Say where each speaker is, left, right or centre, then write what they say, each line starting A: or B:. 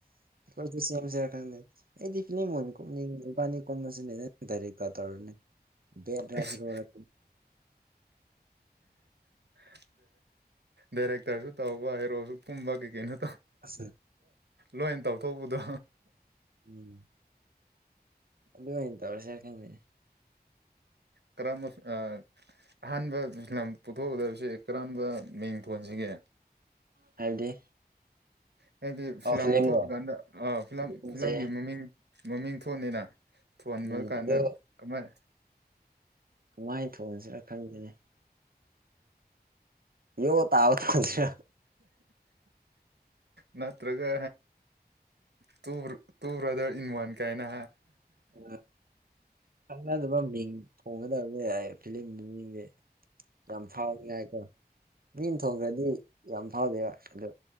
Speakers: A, on the right; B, on the right.
A: ꯣꯏ ꯑꯩ ꯃꯅꯤꯅꯤ ꯀꯨꯝꯕꯁꯤꯅꯦ ꯗꯥꯏꯔꯦꯛꯇ ꯇꯧꯔꯅꯤ ꯕꯦꯠ
B: ꯑꯩꯁ
A: ꯍꯤꯔꯣꯈ꯭ꯔꯦ
B: ꯔ ꯗꯥꯏꯔꯦꯛꯇꯔꯁꯨ ꯇꯧꯕ ꯍꯥꯏꯔꯣꯁꯨ ꯀꯨꯝꯕ ꯀꯩꯀꯩꯅꯣ
A: ꯑꯁ
B: ꯂꯣꯏ ꯇꯧꯊꯣꯛꯄꯗꯣ
A: ꯎꯝ ꯑꯗꯨ ꯃ ꯇꯧꯔꯁꯦꯔꯅꯦ
B: ꯀ꯭ꯔꯃꯁ ꯑꯍꯥꯟꯕ ꯂꯝ ꯄꯨꯊꯣꯛꯀꯗꯕꯁꯦ ꯀꯔꯝꯝꯕ ꯃꯤꯡ ꯊꯣꯟꯁꯤꯒꯦ
A: ꯍꯥꯏꯕꯗꯤ
B: ꯍꯥꯏꯗꯤ ꯐꯤꯂꯝ
A: ꯑꯣ ꯐꯤꯂꯝꯔꯣ
B: ꯊꯣꯛꯄ ꯀꯥꯟꯗ ꯐꯤꯂꯝ
A: ꯐꯤꯂꯝꯁꯦ
B: ꯐꯤꯂꯝꯒꯤ ꯃꯃꯤꯡ ꯃꯃꯤꯡ ꯊꯣꯟꯅꯤꯅ ꯊꯣꯟꯕ
A: ꯎꯝ
B: ꯀꯥꯟꯗ
A: ꯑꯗꯨ
B: ꯀꯃꯥꯏ
A: ꯀꯃꯥꯏꯅ ꯊꯣꯡꯁꯤꯔ ꯈꯪꯗꯦꯅꯦ ꯌ ꯇ ꯑꯕ ꯊ ꯃꯁꯤ
B: ꯅꯠꯇ꯭ꯔꯒ ꯇꯨ ꯕ꯭ꯔꯗꯔ ꯏꯟ ꯋꯥꯟ ꯀꯥꯏꯅ
A: ꯎ ꯈꯪꯅꯗꯕ ꯃꯤꯡ ꯊꯣꯡꯒꯗꯕꯅꯦ ꯌꯥꯏ ꯐꯤꯂꯝ ꯃꯃꯤꯡꯗꯤ ꯌꯥꯝ ꯐꯥꯎꯅꯤꯉꯥꯏꯀꯣ ꯃꯤꯡ ꯊꯣꯡꯈ꯭ꯔꯗꯤ ꯌꯥꯝ ꯐꯥꯎꯗꯦꯕ ꯑꯗꯨ